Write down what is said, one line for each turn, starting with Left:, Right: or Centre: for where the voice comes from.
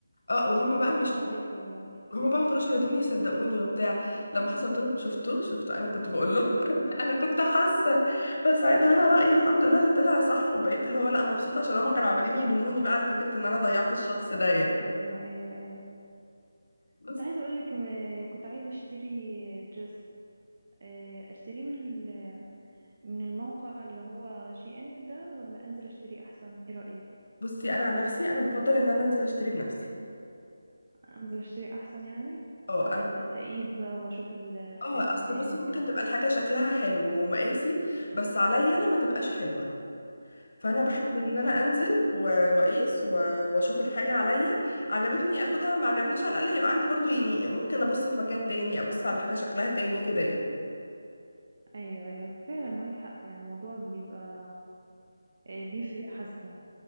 Left: اه وهما بقى
Right: برافو
Left: مش
Right: عليكي والله
Left: هما بقى ما كانوش راضيين يصدقوني وبتاع لما حصلت لهم شفتوا شفتوا انا كنت بقول لهم
Right: <laughs>
Left: <laughs> انا كنت حاسه فساعتها انا رايي الحمد لله اللي طلع صح وبقيت اللي هو لا مبسوطه عشان هما كانوا عمالين يلوموني بقى على فكره ان انا ضيعت الشخص ده يعني
Right: ايوه ايوه ايوه
Left: بس
Right: كنت عايزه اقول لك كنت عايزه اشتري دريس آه، اشتريه من ال- من الموقع اللي هو شي ان ده ولا انزل اشتري احسن ايه رايك
Left: بصي انا عن نفسي انا بفضل ان انا انزل اشتري بنفسي
Right: انزل اشتري احسن يعني
Left: اه
Right: آه،
Left: انا
Right: ب- اقيس بقى واشوف ال- الخامه
Left: اه اصل
Right: قدامي
Left: بصي
Right: وكده
Left: ممكن تبقى الحاجه شكلها حلو ومقاسي بس عليا انا ما تبقاش حلوه فانا
Right: صح
Left: بحب ان انا انزل و- واقيس و- واشوف الحاجه عليا عجبتني اخدها ما عجبنيش على الاقل هيبقى عندي برضو يعني ممكن ابص في مكان تاني ابص على حاجه شكلها تاني كده يعني
Right: ايوه ايوه فعلا معاك حق يعني الموضوع بيبقى آه، بيفرق حاسه